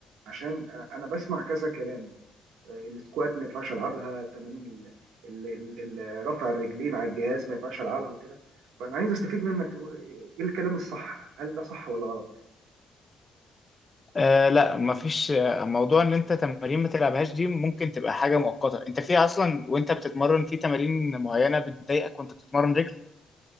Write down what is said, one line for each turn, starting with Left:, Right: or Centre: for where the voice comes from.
Right: عشان آه، انا بسمع كذا كلام السكوات ما ينفعش العبها تمارين ال- ال- ال- ال- رفع الرجلين على الجهاز ما ينفعش العبها وكده فانا عايز استفيد منك ايه الكلام الصح هل ده صح ولا غلط
Left: آه، لا مفيش آه، موضوع ان انت تمارين ما تلعبهاش دي ممكن تبقى حاجه مؤقته انت في اصلا وانت بتتمرن في تمارين معينه بتضايقك وانت بتتمرن رجل